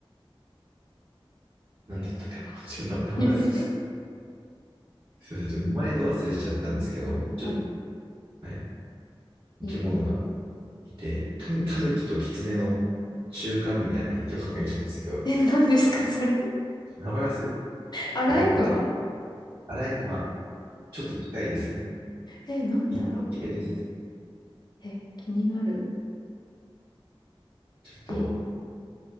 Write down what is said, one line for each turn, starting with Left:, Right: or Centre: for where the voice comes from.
Right: なんだったかな。<laughs> ちょっと名前忘れちゃっ
Left: <laughs>
Right: た。すいません。ちょっと前度忘れしちゃったんですけど、ちょ、
Left: はい。
Right: はい。生き物が
Left: えー、
Right: いて、タヌタヌキとキツネの中間みたいな生き物がいるんですけど、
Left: え、何ですかそれ
Right: 名前忘
Left: アライグマ
Right: れ、えっと、あアライグマ、ちょっと近いですね。
Left: え、なんだろう
Right: 一系です。
Left: え、気になる。
Right: ちょっと、
Left: えー